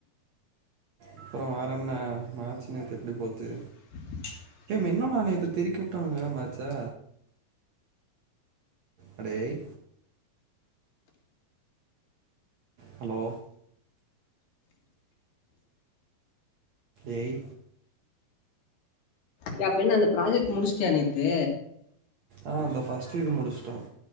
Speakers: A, on the right; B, on the left.
A: அப்பறோ வேறன்னா மேட்ச் நேத்து எப்டி போச்சு
B: <inaudible>
A: என்னடா நேத்து தெறிக்க விட்டானுங்க மேட்ச்ச அடேய் ஹலோ ஏய்
B: ஏ அப்புன்ன அந்த ப்ராஜெக்ட் முடிச்ட்டியா நேத்து
A: ஆ அந்த ஃபர்ஸ்ட்டு இது முடிச்சுட்டோம்